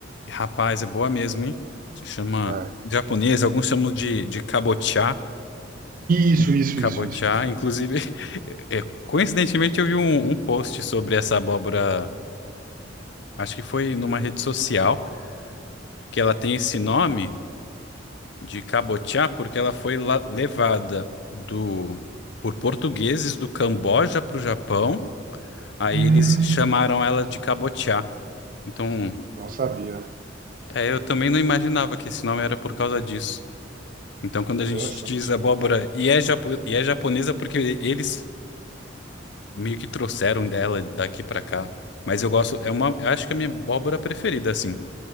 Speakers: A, on the left; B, on the right.
A: Rapaz, é boa mesmo, hein? Se chama
B: É.
A: japonesa, alguns chamam de, de cabotiá.
B: Isso,
A: In-
B: isso,
A: Cabotiá,
B: isso, isso, isso.
A: inclusive, <laughs> é, coincidentemente eu vi um, um post sobre essa abóbora, acho que foi numa rede social, que ela tem esse nome de cabotiá porque ela foi la- levada do por portugueses do Camboja para o Japão, aí
B: Hum,
A: eles chamaram ela de cabotiá. Então,
B: não sabia.
A: É, eu também não imaginava que esse nome era por causa disso. Então, quando
B: Interessante.
A: a gente diz abóbora e é, japo- e é japonesa porque eles meio que trouxeram dela daqui pra cá. Mas eu gosto, é uma, eu acho que é a minha abóbora preferida, assim.